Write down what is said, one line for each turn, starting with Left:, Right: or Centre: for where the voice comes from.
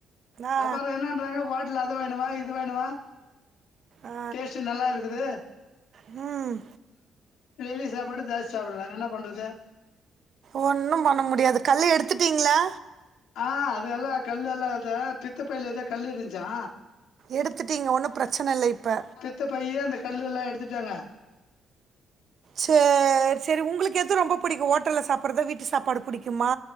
Right: ஆ
Left: அப்புறோ என்னன்றாங்க ஹோட்டல்ல அத வாங்கினு வா இது வாங்கினுவா
Right: ஆ
Left: டேஸ்ட்டு நல்லா இருக்குது
Right: ம்
Left: டெய்லி சாப்பாடு தாளிச்ச சாப்பிடுதாங்க என்ன பண்றது
Right: ஒன்னு பண்ண முடியாது கல்ல எடுத்துட்டீங்களா
Left: ஆ அது எல்லா கல்லெல்லா அந்த பித்த பைல ஏதோ கல்லு இருந்ச்சா
Right: எடுத்துட்டீங்க ஒண்ணு பிரச்சன இல்ல இப்ப
Left: இப்ப பையு அந்த கல்லு எல்லா எடுத்துட்டாங்க
Right: சேரி சேரி உங்களுக்கு எது ரொம்ப பிடிக்கு ஹோட்டலில சாப்பிட்றதா வீட்டு சாப்பாடு புடிக்குமா